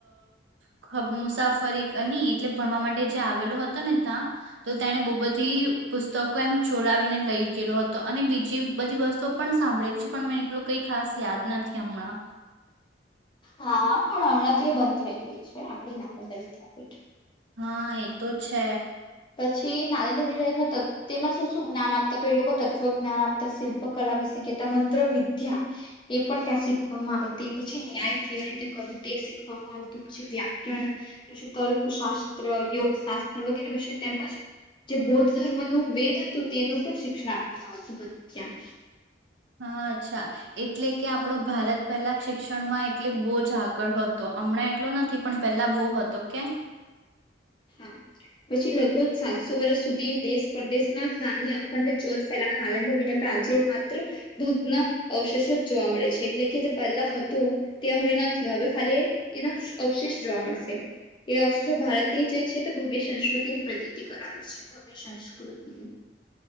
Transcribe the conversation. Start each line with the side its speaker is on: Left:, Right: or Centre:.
Right: અ મુસાફરી એટલે ભણવા માટે જે આવેલો હતો ને ત્યાં તો તેને બહુ બધી પુસ્તકો એમ ચોડાવીને લઈ ગયેલો હતો અને બીજી બધી વસ્તુ પણ સાંભળી છે પણ મને એટલું કઈ ખાસ યાદ નથી હમણાં
Left: હા પણ હમણાં તે બંધ થઈ ગઈ છે આપડી નાર્મદા વિદ્યાપીઠ
Right: હા એતો છે
Left: પછી નારેન્દ્ર તેમાં શું શું જ્ઞાન આપતા તો એ લોકો તત્વ જ્ઞાન આપતા શિલ્પ કલા વિશે કહેતા મંત્ર વિદ્યા એ પણ ત્યાં શીખવામાં આવતી પછી ન્યાય કેવી રીતે કરે તે શીખવામાં આવતું પછી વ્યાકરણ પછી તર્કશાસ્ત્ર યોગ શાસ્ત્ર વગેરે વિશે તેમજ જે બૌદ્ધ ધર્મનું વેદ હતું તેનું પણ શિક્ષણ આપવામાં આવતું હતું ત્યાં
Right: હા અચ્છા એટલે કે આપણો ભારત પહેલા શિક્ષણમાં એટલે બહુ જ આગળ હતો હમણાં એટલો નથી પણ પેલા બહ હતો કે
Left: હા પછી લગભગ સાતસો વર્ષ સુધી દેશ પ્રદેશમાંની અખંડ જત ફેલા નાલંદ આજે માત્ર ભગ્ન અવશેષો જ જોવા મળે છે એટલે કે જે પહેલા હતું તે હવે નથી હવે ખાલી એના અવશેષ જોવા મળશે એ અવશેષો ભારત જે છે તે ભવ્ય સંસ્કૃતિની પ્રતીતિ કરાવે છે ભવ્ય સંસ્કૃતિ